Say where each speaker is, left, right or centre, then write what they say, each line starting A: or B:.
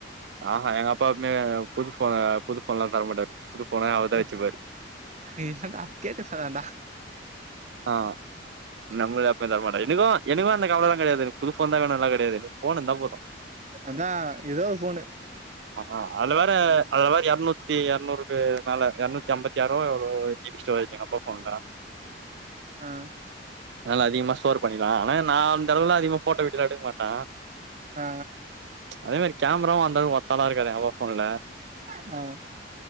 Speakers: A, on the right; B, on the right.
A: ஆஹா எங்க அப்பா எப்மே புது போனு புது போன்ல்லா தர மாட்டாரு புது போன அவருதா
B: ஏ
A: வெச்சுப்பாரு
B: நீ என்டா கேட்டு சொல்லேண்டா
A: ஆ நம் அப்பா தரமாட் எனக்கு எனக்கு அந்த கவலா கெடையாது எனக் புது போன்தா வேணுண்ளா கெடையாது போன் இந்தா போது
B: அதா ஏதோ ஒரு போனு
A: ஆஹ அதுல வேற அதுல வேற எர்நூத் தி எர்நூறுக்கு மேல எர்நூத்தி அம்பத்தி ஆறோ ஜிபி <unintelligible> அப்பா போன்ல
B: ஆஹ
A: அதனால அதிகமா ஸோர் பண்ணிகலா ஆன நா அந்தளவுக்குளா அதிகமா போட்டோ வீட்டுல எடுக்க மாட்ட
B: ஆ
A: அதே மேரி கேமராவும் அந்தளவுகு ஒற்தாலா இருக்காது <unintelligible> போன்ல
B: <unintelligible>